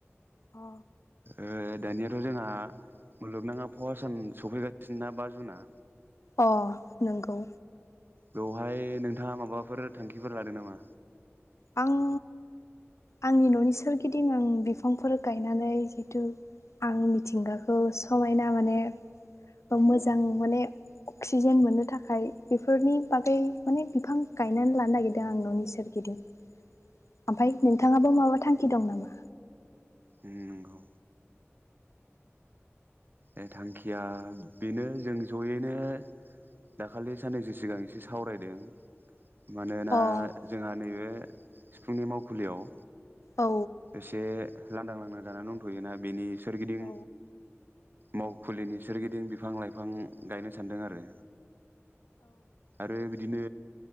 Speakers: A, on the left; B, on the right.
A: अ
B: ओ दानियाथ' जोंहा मुलुगनां आबहावा सान सफैगासिनोना बा जुनआ
A: अ नंगौ
B: बेवहाय नोंथाङा माबाफोर थांखिफोर लादों नामा?
A: आं आंनि न'नि सोरगिदिं आं बिफांफोर गायनानै जितु आं मिथिंगाखौ समायना माने मोजां माने अक्सिजेन मोननो थाखाय बेफोरनि बागै माने बिफां गायनानै लानो नागिरदों आं न'नि सोरगिदिं। ओमफाय नोंथाङाबो माबा थांखि दं नामा?
B: उम नंगौ बए थांखिया बेनो जों जयैनो दाखालि साननैसो सिगां एसे सावरायदों मानोना
A: अ
B: जोंहा नैबे सिफुंनि मावखुलियाव
A: औ
B: एसे लांदां लांदां जानानै दंथ'योना बेनि सोरगिदिं
A: औ
B: मावखुलिनि सोरगिदिं बिफां लाइफां गायनो सानदों आरो आरो बिदि नो